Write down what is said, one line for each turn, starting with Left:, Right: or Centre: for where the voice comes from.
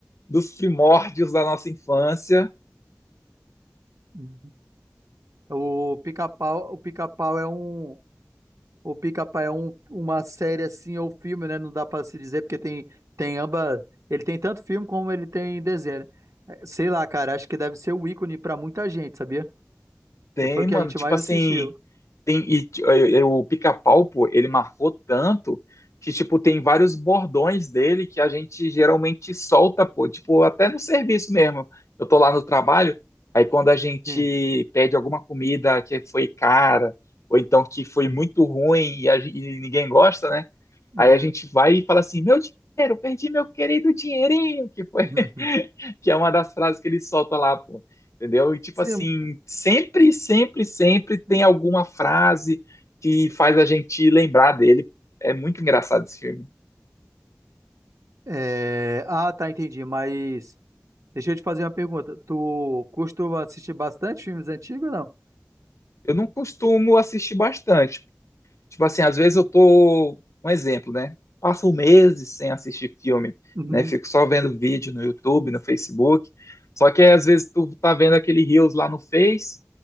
Left: dos primórdios da nossa infância,
Right: Uhum. O pica-pau, o pica-pau é um, o pica-pau é um, uma série assim ou filme, né? Não dá pra se dizer porque tem tem ambas, ele tem tanto filme como ele tem desenho. né? Eh, Sei lá, cara, acho que deve ser o ícone pra muita gente, sabia?
Left: tem,
Right: que foi o que
Left: mano,
Right: a gente
Left: tipo
Right: mais
Left: assim.
Right: assistiu.
Left: Tem, e, t- e- e o Pica-Pau, pô, ele marcou tanto que, tipo, tem vários bordões dele que a gente geralmente solta, pô, tipo, até no serviço mesmo. Eu tô lá no trabalho, aí quando a gente
Right: Sim.
Left: pede alguma comida que foi cara, ou então que foi
Right: Uhum,
Left: muito ruim e, a gen- e ninguém gosta, né? Aí
Right: uhum,
Left: a gente vai e fala assim: meu dinheiro, perdi meu querido dinheirinho, que foi,
Right: uhum.
Left: <laughs> que é uma das frases que ele solta lá, pô. Entendeu? E tipo
Right: Sim.
Left: assim, sempre, sempre, sempre tem
Right: hum,
Left: alguma
Right: hum.
Left: frase que faz a gente lembrar dele. É muito engraçado esse filme.
Right: É, Ah, tá, entendi. Mas deixa eu te fazer uma pergunta. Tu costuma assistir bastante filmes antigos ou não?
Left: Eu não costumo assistir bastante. Tipo assim, às vezes eu tô, um exemplo, né? Passo meses sem assistir filme,
Right: Uhum,
Left: né? Fico só vendo vídeo no YouTube, no Facebook. Só que às vezes tu tá vendo aquele Reels lá no Face,